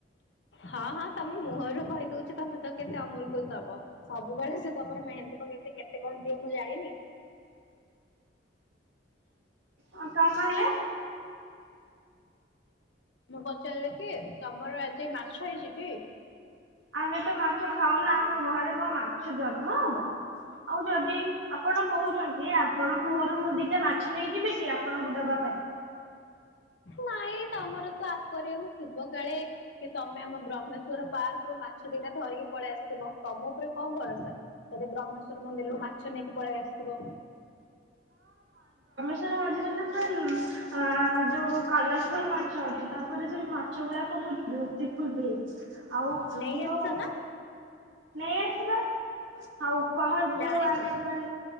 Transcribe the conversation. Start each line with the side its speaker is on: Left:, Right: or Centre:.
Left: ହଁ ହଁ ତମେ ମୁହଁରୁ କହିଦଉଛି ତମେ ତ କେତେ ଅମୁଲ କୁଲ ଦବ। ସବୁବେଳେ ସେ ତମର ମେହେନ୍ଦୀ ପକେଇଦିଏ କେତେ କଣ ଦିଏ ମୁଁ ଜାଣିନି।
Right: ଆଉ କଣ କହିଲେ?
Left: ମୁଁ ପଚାରିଲି କି ତମର ଆଜି ମାଛ ହେଇଛି କି?
Right: ଆମେ ତ ମାଛ ଖାଉନା ଆମ ଘରେ କଣ ମାଛ ଜନ୍ମ ହବ ଆଉ ଯଦି ଆପଣ କହୁଛନ୍ତି ଆପଣଙ୍କ ଘରୁ ମୁଁ ଦିଟା ମାଛ ନେଇଯିବି କି ଆପଣଙ୍କୁ ଦବା ପାଇଁ।
Left: ନାଇଁ ତମର ତ ଆକ୍ୱାରିୟମ ଥିବ କାଳେ। କି ତମେ ଆମ ବ୍ରହ୍ମେଶ୍ୱ ର ପାର୍କ ରୁ ମାଛ ଦିଟା ଧରିକି ପଳେଇ ଆସଥିବ ତମ ଉପରେ କଣ ଭରସା ଯଦି ବ୍ରହ୍ମେ ମନ୍ଦିରରୁ ମାଛ ନେଇକି ପଳେଇ ଆସ ଥିବ।
Right: ମନ୍ଦିର ମଝିରେ ନା ପୁରା ଆଁ ଯୋଉ କଲରଫୁଲ ମାଛ ଅଛି ତାପରେ ସେ ମାଛ ଗୁଡାକ ବହୁତ୍ ବିଉଟିଫୁଲ ବି ହେଇଚି। ଆଉ
Left: ନେଇ
Right: ଯୋଉ
Left: ଆସିଛ ନା
Right: ନେଇ ଆସିବା। ହଉ। ସହ
Left: ଜାଣିଥିଲୁ
Right: ଯଉ ଆମେ ଯେତେବେଳେ